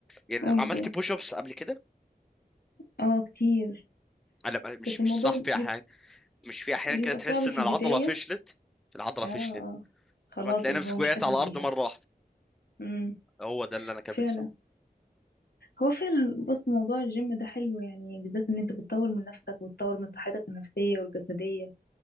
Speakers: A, in the centre; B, on the left (about 80°).
A: يعني
B: قول
A: عملت
B: قول.
A: بوش ابس قبل كده
B: اه كتير
A: لا مش
B: بس الموضوع
A: مش صح في
B: بيب-
A: احيان مش في احيان
B: بيبقى
A: كده تحس
B: صعب
A: ان
B: في البداية
A: العضله فشلت العضله
B: اه
A: فشلت
B: اه خلاص
A: فما تلاقي
B: اللي
A: نفسك
B: هو مش
A: وقعت
B: حاسس
A: على
B: بيها
A: الارض مره واحده
B: امم
A: هو ده اللي انا كان بيحصل
B: فعلا هو فعلا بص موضوع الجيم ده حلو يعني بالذات ان انت بتطور من نفسك وتطور من صحتك النفسية والجسدية